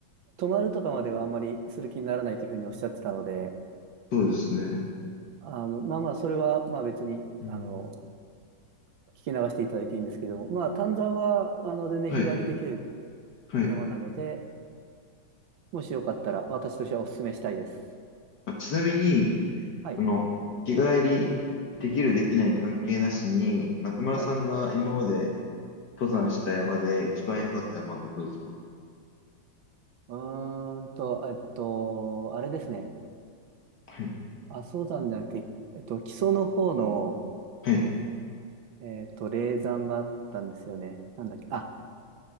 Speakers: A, on the right; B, on the left.
A: 泊まるとかまではあんまりする気にならないというふうにおっしゃってたので、
B: そうですね。
A: あの、まあまあ、それはまあ別に、
B: うん。
A: あの、聞き流していただいていいんですけども、まあ、丹沢は、あの、全然日帰りできる
B: はい。はい。
A: 山なので、もしよかったら私としてはお勧めしたいです。
B: あ、ちなみに、
A: はい。
B: あの、日帰りできるできない関係なしに、中村さんが今まで
A: はい。
B: 登山した山で一番良かった山はどこですか
A: うーんと、えっと、あれですね。
B: はい。
A: 阿蘇山じゃなくて、えっと、木曽の方の、
B: はい。
A: えっと、霊山があったんですよね。なんだっけ、あ、